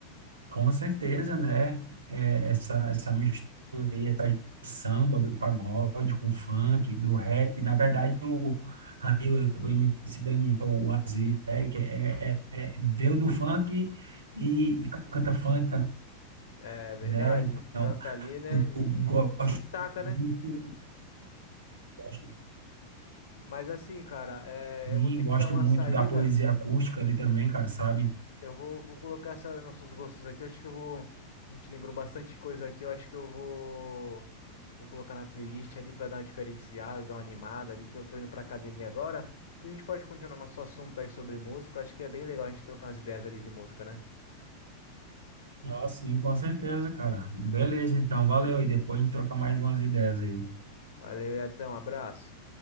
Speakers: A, on the right (about 70°); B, on the left (about 55°).
A: com certeza, né? É, essa, essa mistura aí, essa do samba, do pagode com funk, do rap. Na verdade, o, aí o, o MC Daniel, o Aziz, né? Que é, é, é- veio do funk e, e canta funk,
B: É verdade,
A: né? Então,
B: canta ali, né?
A: eu,
B: E,
A: eu gosto
B: e se destaca,
A: muito,
B: né?
A: gosto,
B: Mas assim, cara, é,
A: sim,
B: eu vou ter que
A: gosto
B: dar uma
A: muito
B: saída.
A: da poesia acústica ali também, cara, sabe?
B: Eu vou, vou colocar essa- nossos gostos aqui. Eu acho que eu vou. A gente lembrou bastante coisa aqui. Eu acho que eu vou. Vou colocar na playlist ali pra dar uma diferenciada, dar uma animada ali, que eu tô indo pra academia agora. Depois A gente pode continuar nosso assunto aí sobre música. Eu acho que é bem legal a gente trocar umas ideias ali de música, né?
A: Ah, sim, com certeza, cara. Beleza, então, valeu. E depois a gente troca mais umas ideias aí.
B: Valeu, Iatan, um abraço.